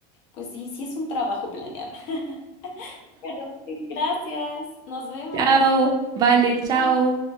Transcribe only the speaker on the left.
Pues sí, sí es un trabajo planear. <laughs> Pero sí, gracias. Nos vemos.
Chao.